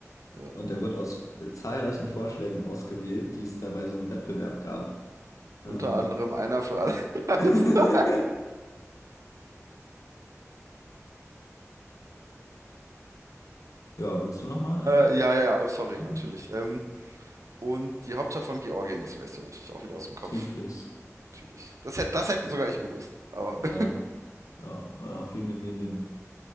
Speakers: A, on the right; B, on the left.
A: Ja.
B: Und der wird aus äh, zahlreichen Vorschlägen ausgewählt, die es dabei so im Wettbewerb gab.
A: Unter
B: Ähm.
A: anderem einer für alle. <laughs> alles.
B: <laughs>
A: klar.
B: Ja, willst du nochmal äh,
A: Äh, ja, ja, ja, oh, sorry,
B: machen?
A: natürlich. Ähm, und die Hauptstadt von Georgien, das weißt du natürlich auch wieder aus dem Kopf.
B: Tiflis.
A: Natürlich. Das hätte, das hätte
B: Tiflis.
A: sogar ich gewusst. Aber
B: Ja,
A: <laughs>
B: ja, war auch viel in den Medien.